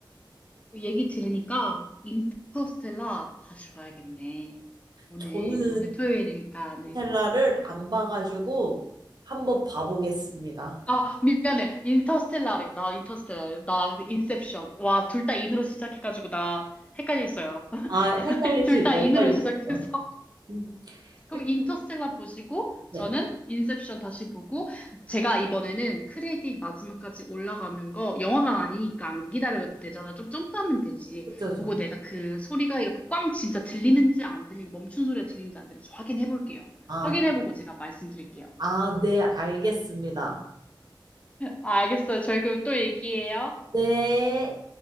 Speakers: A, on the left (about 15°); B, on the right (about 55°).
A: 얘기 들으니까 인터스텔라 다시 봐야겠네. 오늘
B: 저는
A: 오늘 토요일이니까 네.
B: 인터스텔라를 안 봐가지고 한번 봐보겠습니다.
A: 아, 미안해. 인터스텔라래. 나 인터스텔라. 나 인셉션. 와, 둘 다 인으로 시작해가지고 나 헷갈렸어요. <laughs>
B: 아, 헷갈리시죠?
A: 둘 다 인으로
B: 헷갈리시죠?
A: 시작해서. <laughs>
B: 음,
A: 그럼
B: 헷갈리시-
A: 인터스텔라 보시고,
B: 네,
A: 저는 인셉션 다시 보고, 제가 이번에는 크레딧 마지막까지 올라가는 거, 영화가 아니니까 안 기다려도 되잖아. 좀 점프하면 되지.
B: 그쵸, 죠
A: 보고 내가 그 소리가 이렇게 꽝 진짜 들리는지 안 들리는지, 멈춘 소리가 들리는지 안 들리는지 확인해 볼게요.
B: 아,
A: 확인해 보고 제가 말씀드릴게요.
B: 아, 네, 알겠습니다.
A: 아, 알겠어요. 저희 그럼 또 얘기해요.
B: 네.